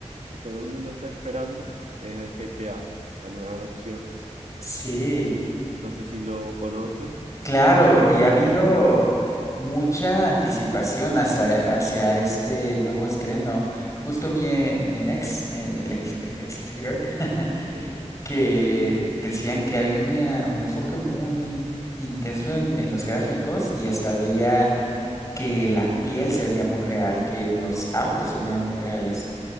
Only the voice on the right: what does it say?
que todo el mundo está esperando, que es el GTA, la nueva versión.
No sé si lo conoces.
Y
sí,